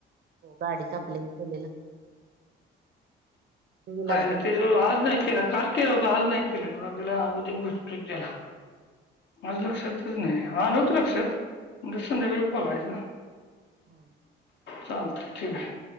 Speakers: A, on the right (about 55°); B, on the left (about 60°).
A: गाडी कापल्या म केलेल. व्हीलरच
B: आयला ते जवळ आज नाही केल काल केल होत आज नाही केलेल होता तिला उद्या भत त्याला.
A: हा
B: माझ लक्षातच नाही, हा नव्हत लक्षात म्हणजे संध्याकाळी बघायच.
A: हा
B: चालत ठीक आहे.